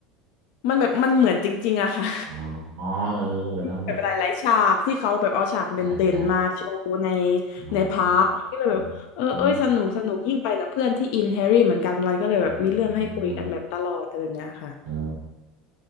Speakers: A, on the left; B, on the right.
A: มันแบบมันเหมือนจริงๆอะค่ะ
B: อ๋อเออแล้วเหมือน
A: แบบหลายๆฉากที่เขาแบบเอาฉากเด่นๆมาโชว์ใน
B: ใช่ใช่อ๋อ
A: ในพาร์คก็เลยแบบเออเอ้ยสนุกสนุกยิ่งไปกับเพื่อนที่อินแฮร์รี่เหมือนกันมันก็เลยแบบมีเรื่องให้คุยกันแบบตลอดอะไรแบบเนี้ยค่ะ
B: อมอ๋ออืมอ๋อ